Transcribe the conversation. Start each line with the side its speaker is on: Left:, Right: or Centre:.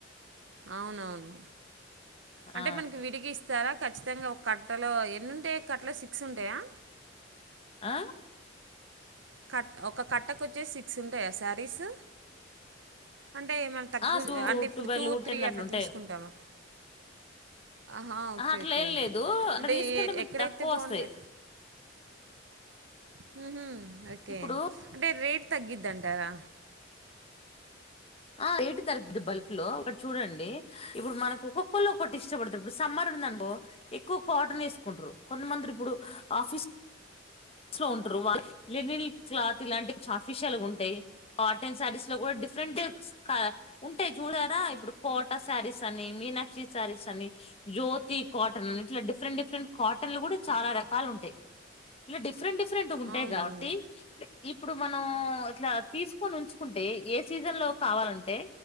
Right: అవునవును
Left: ఆ
Right: అంటే మనకి విడిగి ఇస్తారా ఖచ్చితంగా ఒక కట్ కట్టాలో ఎన్ని ఉంటాయి కాటాలో సిక్స్ సిస్ ఉంటాయా
Left: ఆ
Right: కట్ట ఒక కట్టకు వచ్చే సిక్స్ ఉంటాయా శారీస్ అంటే మనం తగ్గు
Left: ఆ టు
Right: అంటే ఇప్పుడు
Left: ట్వెల్వ్
Right: టూ త్రీ
Left: టెన్
Right: అట్లా
Left: అట్లుంటాయి
Right: తీసుకుంటామ హ ఓకే
Left: ఆహా అట్లా
Right: ఓకే
Left: ఏం లేదు అట్లా
Right: అంటే
Left: తీసుకుంటే మీకు
Right: ఎక్కడైతే
Left: తక్కువ
Right: బాగుంటే
Left: వస్తాయి
Right: హహ ఓకే
Left: ఇప్పుడు
Right: అంటే రేట్ తగ్గిద్ద తరా
Left: ఆ ఏటు తరుగది బల్క్ లో అట్టు చూడండి ఇప్పుడు మనకు ఒక్కొక్కళ్ళ ఒటి ఇష్టపడుతురు ఇప్పుడు సమ్మర్ ఉంది అనుకో ఎక్కువ కాటన్ వేసుకుంటారు కొంతమందిలు ఇప్పుడు ఆఫీస్ స్ లో ఉంటారు వాళ్ళకి లినిన్ క్లాత్ ఇలాంటివి అఫిషియల్ గా ఉంటాయి కాటన్ శారీస్ లో కూడా డిఫరెంట్ ఉంటాయి చూడారా ఇప్పుడు కోటా శారీస్ అని మీనాక్షి శారీస్ అని జ్యోతి కాటన్ అని ఇట్లా డిఫరెంట్ డిఫరెంట్ కాటన్లు కూడా చాలా రకాలు ఉంటాయి ఇ డిఫెంట్ <unintelligible> ఉంటాయి
Right: అవునవును
Left: కాబట్టి ఇప్పుడు మనం ఇట్లా తీసుకొని ఉంచుకుంటే సీజన్ లో కావాలంటే